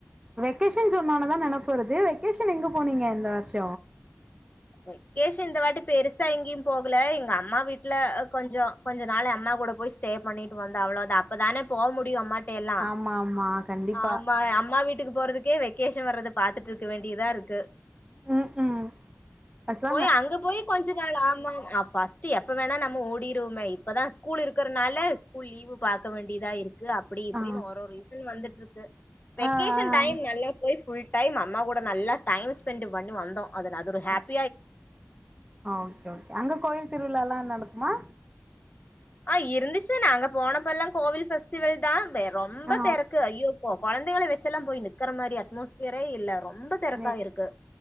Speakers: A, on the right; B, on the left.
A: வெகேஷன் சொன்ன ஒன்னேதா நெனப்பு வருது வெக்கேஷன் எங்க போனீங்க இந்த வருஷ
B: வெக்கேஷன் இந்த வாட்டி பெருசா எங்கேயு போகல எங்க அம்மா வீட்ல கொஞ்ச கொஞ்ச நாளு அம்மாக் கூட போய் ஸ்டே பண்ணிட்டு வந்தே அவ்ளோதா அப்ப தானே போ முடியு அம்மாட் ட்ட எல்லா
A: ஆமா ஆமா கண்டிப்பா
B: ஆமா அம்மா வீட்டுக்கு போறதுக்கே வெக்கேஷன் வர்றது பாத்துட்ருக்க வேண்டியதா இருக்கு
A: ம் ம் அஸ்லா
B: போய் அங்க போயு கொஞ்ச நாள்லா ஆமா ஃபஸ்ட்டு எப்ப வேணா நம்ம ஓடிருவோமே இப்பதா ஸ்கூல் இருக்கறனால ஸ்கூல் லீவ் பாக்க வேண்டியதா இருக் கு அப்படி இப்படின்னு
A: ஆ
B: ஒரு ஒரு ரீசன் வந்துட்டுருக்கு வெக்கேஷன்
A: ஆ ஆ
B: டைம் நல்லா போய் ஃபுல் டைம் அம்மா கூட நல்ல டைம் ஸ்பெண்ட்டு பண்ணி வந்தோ அது அது ஒரு ஹேப்
A: ஆ ஓகே ஓகே அங்க கோயில் திருவிலால்லா நடக்குமா
B: ஆ இருந்துச்சு நாங்க போனப்பெல்லா கோவில் ஃபெஸ்டிவல் தா வே ரொம்ப
A: ஆ
B: தெறக்கு ஐயோப் போ கொழந்தேகள வச்செல்லா போய் நிக்குற மாரி அட் மோஸ்ட் ஃப்ரே இல்ல ரொம்ப தெறக்கா
A: நே
B: இருக்கு